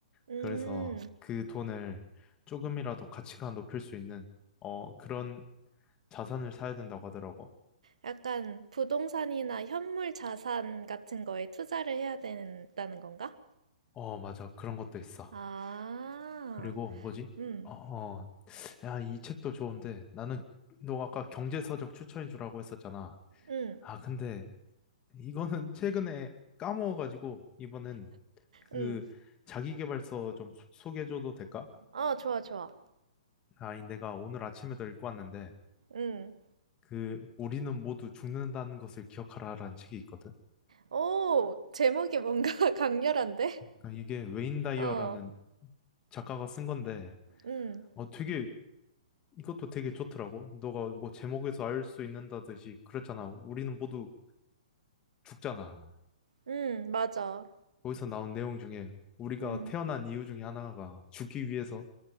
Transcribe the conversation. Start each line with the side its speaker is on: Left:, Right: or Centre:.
Right: 음.
Left: 그래서 그 돈을 조금이라도 가치가 높일 수 있는 어 그런 자산을 사야 된다고 하더라고.
Right: 약간 부동산이나 현물 자산 같은 거에 투자를 해야 된다는 건가?
Left: 어 맞아 그런 것도 있어.
Right: 아,
Left: 그리고 뭐지?
Right: 응,
Left: 어, 어, 야, 이 책도 좋은데 나는 너 아까 경제서적 추천해 주라고 했었잖아.
Right: 응,
Left: 아 근데 이거는 <laughs> 최근에 까먹어가지고 이번엔 그
Right: 응.
Left: 자기계발서 좀 소- 소개해줘도 될까?
Right: 어, 좋아, 좋아.
Left: 아, 이 내가 오늘 아침에도 읽고 왔는데
Right: 응.
Left: 그 우리는 모두 죽는다는 것을 기억하라라는 책이 있거든.
Right: 오, 제목이 뭔가 <laughs> 강렬한데?
Left: 아, 이게 웨인 다이어라는
Right: 어,
Left: 작가가 쓴 건데,
Right: 음,
Left: 어, 되게, 이것도 되게 좋더라고. 너가 뭐 제목에서 알 수 있는다듯이, 그렇잖아. 우리는 모두 죽잖아.
Right: 음, 맞아.
Left: 거기서 나온 내용 중에, 우리가
Right: 음,
Left: 태어난 이유 중에 하나가 죽기 위해서